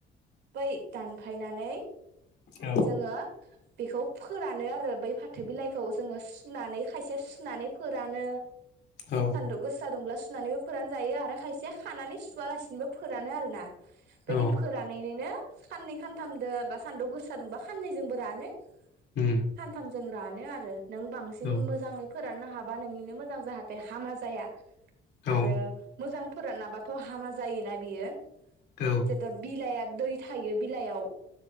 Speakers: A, on the right; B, on the left.
A: बै दानफायनानै
B: औ
A: जोङो बेखौ फोरानो आरो बै फाथो बिलाइखौ जोङो सुनानै खायसेया सुनानै फोरानो
B: औ
A: सान्दु गोसा दुंब्ला सु नानैबो फोरान जायो आरो खायसेया खानानै सुवालासिनोबो फोरानो आरोना बिदि
B: औ
A: फोरानैनैनो खाननै खानथामदो बा सान्दु गोसा दुंबा खाननैजोंबो रानो सानथामजों
B: उम
A: रानो आरो नों बांसिन
B: औ
A: मोजाङै फोराननो हा हाबा नोंनिनो मोजां जाहा जे हामा जाया।
B: औ
A: आरो मोजां फोरानाबाथ हामा जायोना बियो।
B: औ
A: जेथ बिलाइया दै थायो बिलाइयाव।